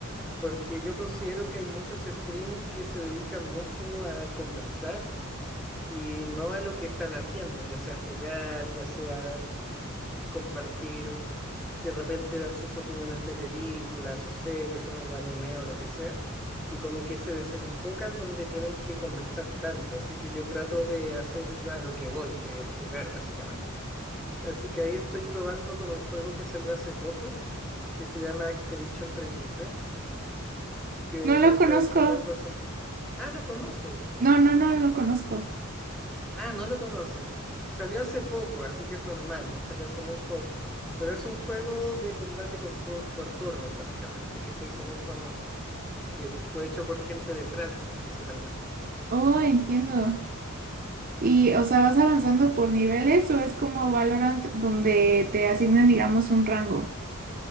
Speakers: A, in the centre; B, on the right.
A: porque yo considero que hay muchos streaming que se dedican mucho a conversar y no a lo que están haciendo, ya sea jugar, ya sea compartir de repente dan sus opiniones de películas o series o anime o lo que sea, y como que se desenfocan donde tienen que conversar tanto, así que yo trato de hacer lo- a lo que voy, que es jugar básicamente. Así que ahí estoy probando con un juego que salió hace poco, que se llama Expedition treinta y tres que
B: No
A: lo
B: lo
A: he estado
B: conozco.
A: streameando hace un... Ah, ¿lo conoces?
B: No, no, no lo conozco.
A: Ah, no lo conoces. Salió hace poco, así que es normal, salió hace muy poco. Pero es un juego de combate con tu- por turnos, básicamente, que se hizo muy famoso. que fue hecho por gente de Francia principalmente.
B: Oh, entiendo. Y, o sea, ¿vas avanzando por niveles o es como Valorant donde te asignan, digamos, un rango?